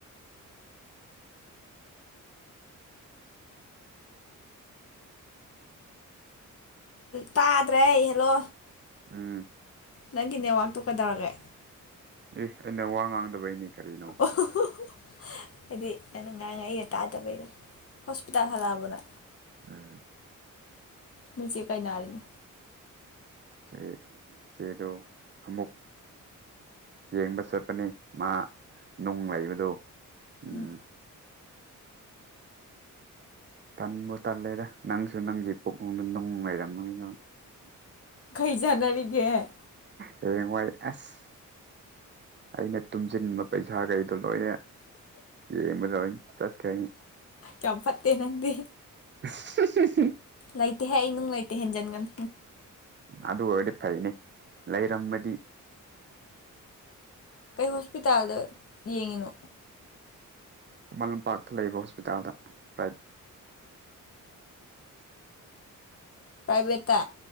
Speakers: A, on the left (about 45°); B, on the right (about 35°).
A: ꯇꯥꯗ꯭ꯔꯦ ꯍꯜꯂꯣ
B: ꯎꯝꯝ
A: ꯅꯪꯒꯤ ꯅꯦꯠꯋꯥꯛꯇꯨ ꯀꯩꯗꯧꯔꯒꯦ
B: ꯑꯦ ꯑꯩꯅ ꯋꯥ ꯉꯥꯡꯗꯕꯩꯅꯤ ꯀꯔꯤꯅꯣ꯫
A: ꯑꫭꯑꫭ ꯍꯥꯏꯗꯤ ꯅ ꯉꯥꯡ ꯑꯩꯅ ꯇꯥꯗꯕꯩꯅ ꯍꯣꯁꯄꯤꯇꯥꯜ ꯍꯜꯂꯛꯑꯕꯅ
B: ꯎꯝꯝ
A: ꯅꯣꯏ ꯆꯦ ꯀꯩ ꯅꯥꯔꯤꯅꯣ
B: ꯆꯦ ꯆꯦꯗ ꯑꯃꯨꯛ ꯌꯦꯡꯕ ꯆꯠꯄꯅꯦ꯫ ꯃꯥ ꯅꯨꯡ ꯂꯩꯕꯗꯣ ꯎꯝꯝ
A: ꯎꯝ
B: ꯇꯟꯕꯨ ꯇꯜꯂꯦꯗꯥ ꯅꯪꯁꯨ ꯅꯪꯒꯤ ꯄꯨꯛꯅꯤꯡꯅꯨꯡꯗ ꯅꯨꯡ ꯂꯩꯔꯝ ꯃꯕꯃꯤꯅ
A: ꯀꯩ ꯖꯥꯟꯅꯔꯤꯒꯦ
B: ꯍꯌꯦꯡꯋꯥꯏ ꯑꯁ ꯑꯩꯅ ꯇꯨꯝꯁꯤꯟꯕ ꯄꯩꯁꯥꯈꯩꯗꯣ ꯂꯣꯏꯅ ꯌꯥ ꯃꯗ ꯇꯠ ꯀꯌꯥꯅꯤ
A: ꯌꯥꯝ ꯐꯠꯇꯦ ꯅꯪꯗꯤ
B: <unintelligible>
A: ꯂꯩꯇꯦꯍꯦ ꯑꯩ ꯅꯨꯡ ꯂꯩꯇꯦ ꯍꯦꯟꯖꯤꯟꯒꯅꯨ꯫
B: ꯑꯗꯣ ꯑꯣꯏꯗꯤ ꯐꯩꯅꯦ ꯂꯩꫪꯝꯃꯗꯤ
A: ꯀꯩ ꯍꯣꯁꯄꯤꯇꯥꯜꯗ ꯌꯦꯡꯉꯤꯅꯣ
B: ꯈꯨꯃꯟ ꯂꯝꯄꯥꯛꯇ ꯂꯩꯕ ꯍꯣꯠꯄꯤꯇꯥꯜꯗ ꯄ꯭ꯔꯥ
A: ꯄ꯭ꯔꯥꯏꯚꯦꯠꯇꯥ